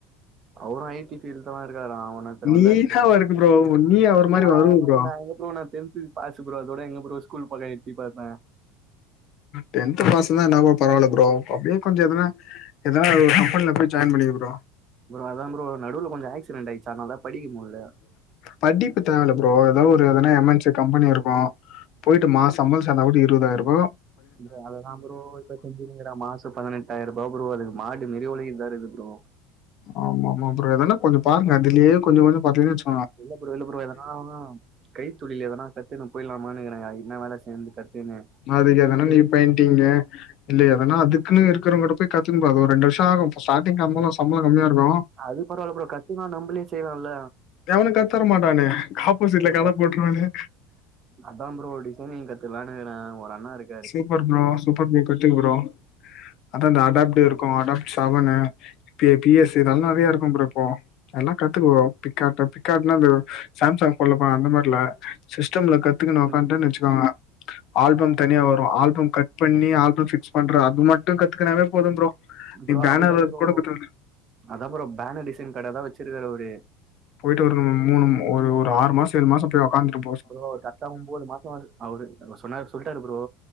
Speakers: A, on the right; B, on the left.
A: அவரு ஐ டி பீல்ட் தா இருக்காரா உன்னொத்தரு
B: நீதா
A: வந்தாரு ப்ரோ
B: ஒர்க் நீ அவர் மாரி
A: <unintelligible>
B: வருவ ப்ரோ
A: ரோ நா டென்த்து பாசு புரோ அதோட எங்க ப்ரோ ஸ்கூல் பக்கோ எட்டி பாத்த
B: டென்த் பாஸ்ன்தா ன்னா ப்ரோ பராவல்ல ப்ரோ அப்டியே கொஞ்ச எதனா ஏதனா ஒரு கம்பென்ல போய் ஜாயின் பண்ணிக்க ப்ரோ
A: அதா ப்ரோ நடுவு கொஞ்ச ஆக்சிடன்ட் ஆயிச்சு அனால தா படிக் முல்ல
B: படிப்பு தேவல்ல ப்ரோ ஏதாவது ஒரு எதனா எம் என் சி கம்பெனி இருக்கு போயிட்டு மா சம்பள் சேந்தா கூடோ இருவதாயிர் ரூபா
A: ப்ரோ அததா ப்ரோ இப்ப செஞ்சினுகிற மாசொ பதனெட் டாயிர்ரூபா பரோ அதுக்கு மாடு மாரி ஒழைக்கற்தா இருக்கு ப்ரோ
B: ஆமா ஆமா ப்ரோ எதனா கொஞ்ச பாருங்க அதுலய கொஞ்சம் கொஞ்சம் பாத்தீங்கன்ன வெச்சு
A: இல்ல ப்ரோ இல்ல ப்ரோ எதனா கைத் தொழில் எதனா கத்துன்னு போய்லாமான்னுகிற யாருகிடனா வேல சேந்து கத்துக்குனு
B: அதுக்கெதனா நீ பெயிண்டிங்கு இல்ல எதனா அதுகுன்னு இருகிறவங்க கிட்ட போய் கத்துக்குனு வா ஒரு ரெண்டு வர்ஷாகு ஸ்டாடிங் சம்பளம் கம்மியாருக்கு
A: அது பரவால்ல ஃப்ரோ கத்துகுனா நம்பளே செய்லால்ல
B: எவனு கத்தர மாட்டானுங்க ஆப்போசிட்ல கட
A: கத்
B: போட்ருவானே
A: அதா ஃப்ரோ ஒரு டிசைனிங் கத்துகலானுக்கிற ஒரு அண்ணா இருக்
B: சூப்பர் ப்ரோ சூப்பர் ப்ரோ கத்துக ப்ரோ அதா இந்த அடாப்ட் இருக்கு adapt seven P S C இதெல்லா நெறையா இருக்கு ஃப்ரோ இப்போ எல்லா கத்துக்குவ காட் பிலிப்காட்னா அந்த சாம்சங் போன்ல அந்த மாரில சிஸ்டம்ல கத்துக்கணு வக்கான்டன்
A: ம்
B: வெச்சு கோங்க ஆல்பம் தனியா வரூ ஆல்பம் கட் பண்ணி ஆல்பம் பிக்ஸ் பண்ற அது மட்டூ கத்துக்னாவே போதும் ப்ரோ நீ
A: ப்ரோ
B: பேனர்
A: அதுதா
B: ஒர்க்
A: ப்ரோ
B: கூட <unintelligible>
A: அதா ப்ரோ பேனர் டிசன் கடதா வச்சிருக்காரு அவரு
B: போயிட்டு ஒரு மூணும் ஒரு ஒரு ஆறு மாசொ ஏழு மாசொ போய் உக்காந்துட்டு
A: ப்ரோ ஒரு கர்டா ஒம்பேது மாசோ அவரு அவரு சொன்னார் சொல்லிட்டாரு ப்ரோ